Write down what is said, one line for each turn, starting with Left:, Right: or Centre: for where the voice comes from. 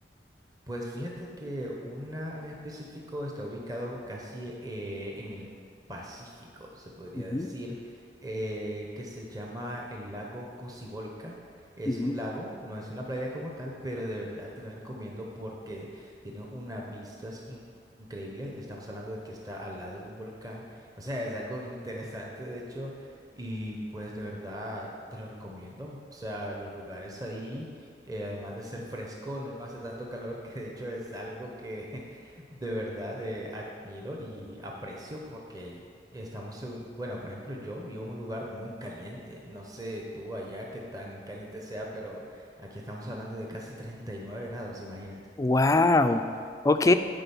Right: pues fíjate que una en específico está ubicado casi eh, en el Pacífico, se podría
Left: Ujú,
Right: decir, eh, que se llama el lago Cocibolca. Es
Left: ujú.
Right: un lago, no es una playa como tal, pero de verdad te la recomiendo porque tiene unas vistas in- increíbles. Estamos hablando de que está al lado de un volcán, o sea, es algo interesante de hecho, y pues de verdad te lo recomiendo. O sea, los lugares ahí eh, además de ser fresco, no hace tanto calor, que de hecho es algo que <laughs> de verdad eh, admiro y aprecio porque estamos en, bueno, por ejemplo, yo vivo en un lugar muy caliente, no sé tú allá qué tan caliente sea, pero aquí estamos hablando de casi 39 grados, imagínate.
Left: Wow, ok.